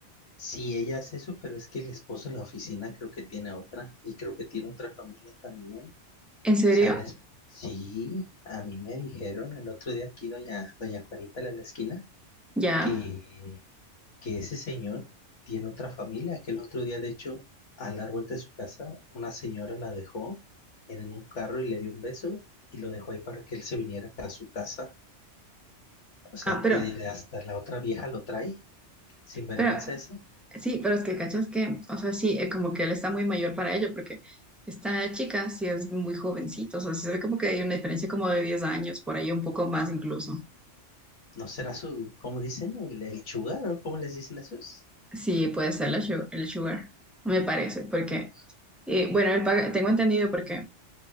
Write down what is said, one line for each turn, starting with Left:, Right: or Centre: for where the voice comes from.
Left: sí, ella hace eso, pero es que el esposo en la oficina creo que tiene otra y creo que tiene otra familia también. O
Centre: ¿En serio?
Left: sea, el es- sí, a mí me dijeron el otro día aquí doña, doña Juanita la de la esquina.
Centre: Ya.
Left: que, que ese señor tiene otra familia, que el otro día, de hecho, al dar vuelta de su casa, una señora la dejó en un carro y le dio un beso y lo dejó ahí para que él se viniera acá a su casa. O sea,
Centre: Ah,
Left: te
Centre: pero,
Left: diré, hasta la otra vieja lo trae, sin vergüenza
Centre: pero,
Left: ese.
Centre: sí, pero es que cachas que, o sea, sí, eh, como que él está muy mayor para ello, porque esta chica sí es muy jovencito o sea, sí se ve como que hay una diferencia como de 10 años, por ahí un poco más incluso.
Left: ¿No será su, cómo dicen, el, el chugar o cómo les dicen esos?
Centre: Sí, puede ser la su- el sugar, me parece, porque, eh, bueno, el paga- tengo entendido porque